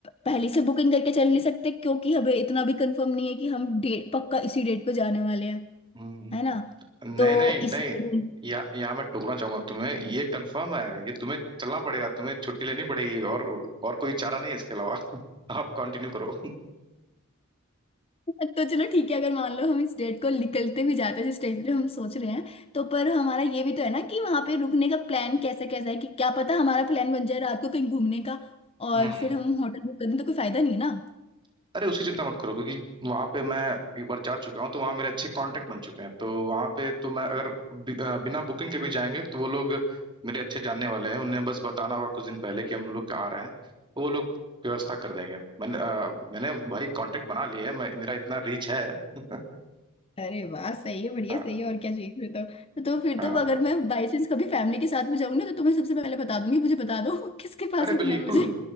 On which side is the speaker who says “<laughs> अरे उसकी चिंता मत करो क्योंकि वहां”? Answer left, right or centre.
Right